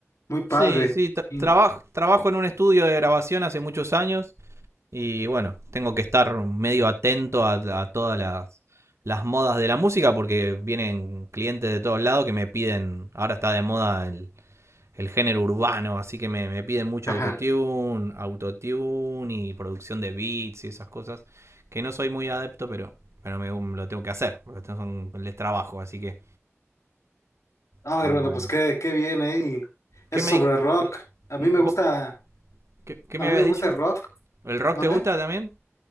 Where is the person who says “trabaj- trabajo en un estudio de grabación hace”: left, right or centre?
Right